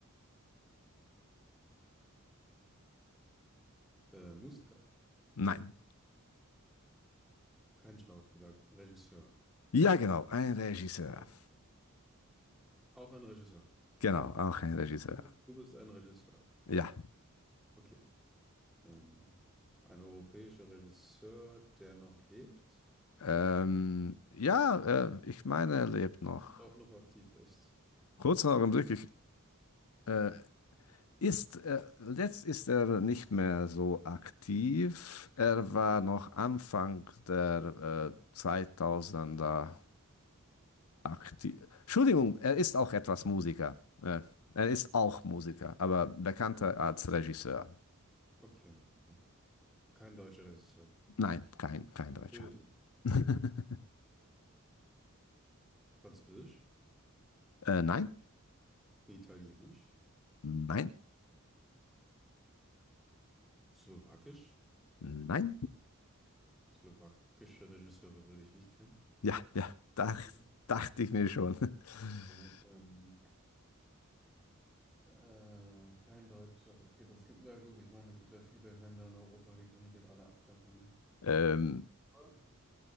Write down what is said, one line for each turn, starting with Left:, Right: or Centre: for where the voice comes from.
Centre: äh, Musiker?
Left: Nein.
Centre: Kein Schauspieler, Regisseur.
Left: Ja, genau. Ein Regisseur.
Centre: Auch auch ein Regisseur.
Left: Genau. Auch ein Regisseur.
Centre: Du bist, du bist ein Regisseur.
Left: Ja.
Centre: Okay. Ähm, ein europäischer Regisseur, der noch lebt
Left: Ähm, ja, äh, ich meine, er lebt noch.
Centre: und auch noch aktiv ist.
Left: Kurz noch im Blick, ich, äh, ist, äh, letzt ist er nicht mehr so aktiv. Er war noch Anfang der äh, 2000er Akti Entschuldigung, er ist auch etwas Musiker. Äh, Er ist auch Musiker, aber bekannter als Regisseur.
Centre: Okay. okay. Kein deutscher Regisseur.
Left: Nein, kein, kein Deutscher.
Centre: Böse.
Left: <laughs>
Centre: Französisch,
Left: Äh, nein,
Centre: Italienisch,
Left: nein,
Centre: Slowakisch.
Left: nein.
Centre: Slowakische Regisseure würde ich nicht kennen.
Left: Ja, ja, dach,
Centre: Ja,
Left: dachte ich mir schon. <laughs>
Centre: ähm, äh, kein Deutscher. Okay, das gibt ja gut. Ich meine, es gibt ja viele Länder in Europa, die kann ich jetzt alle abklappern, ne?
Left: Ähm,
Centre: Oh,